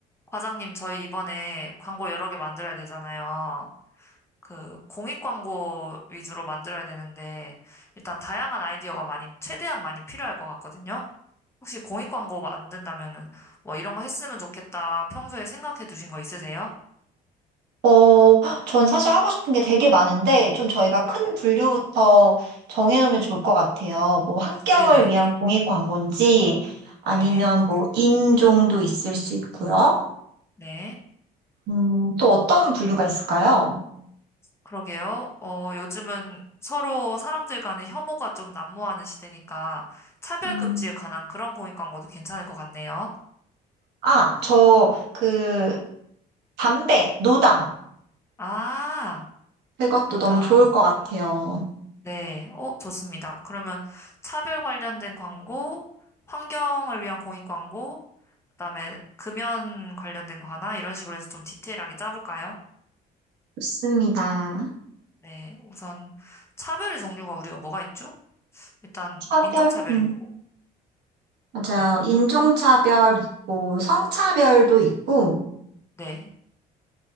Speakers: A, on the left; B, on the right.
A: 과장님, 저희 이번에 광고 여러 개 만들어야 되잖아요. 그, 공익 광고 위주로 만들어야 되는데, 일단 다양한 아이디어가 많이, 최대한 많이 필요할 것 같거든요. 혹시 공익 광고 만든다면은, 뭐 이런 거 했으면 좋겠다. 평소에 생각해 두신 거 있으세요?
B: 어, 전 사실 하고 싶은 게 되게 많은데, 좀 저희가 큰
A: 어,
B: 분류부터 정해놓으면 좋을 것 같아요. 뭐, 환경을
A: 네네.
B: 위한 공익 광고인지, 아니면
A: 네.
B: 뭐, 인종도 있을 수 있고요.
A: 네.
B: 음, 또 어떤 분류가 있을까요?
A: 그러게요. 어, 요즘은 서로 사람들 간의 혐오가 좀 난무하는 시대니까, 차별
B: 음,
A: 금지에 관한 그런 공익 광고도 괜찮을 것 같네요.
B: 아, 저, 그, 담배, 노담.
A: 아,
B: 그것도
A: 노담.
B: 너무 좋을 것 같아요.
A: 네, 어, 좋습니다. 그러면 차별 관련된 광고, 환경을 위한 공익 광고, 그다음에 금연 관련된 거 하나 이런 식으로 해서 좀 디테일하게 짜볼까요?
B: 좋습니다.
A: 네, 우선 차별의 종류가 우리가 뭐가 있죠? 일단
B: 차별,
A: 인종차별
B: 음,
A: 있고,
B: 맞아요.
A: 네,
B: 인종차별 있고, 성차별도 있고,
A: 네,